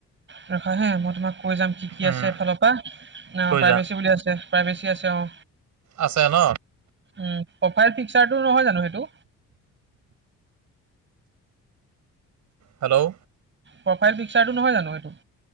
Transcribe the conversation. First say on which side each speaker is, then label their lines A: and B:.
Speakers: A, on the right; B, on the right.
A: ৰখা হে মই তোমাক কৈ যাম কি কি
B: উম,
A: আছে এফালৰ পৰা? না
B: গৈ
A: প্ৰাইভেচি
B: যা।
A: বুলি আছে। প্ৰাইভেচি আছে অঁ।
B: আছে ন?
A: উম, প্ৰফাইল পিকচাৰটো নহয় জানো সেইটো?
B: হেল্ল'!
A: প্ৰফাইল পিকচাৰটো নহয় জানো এইটো?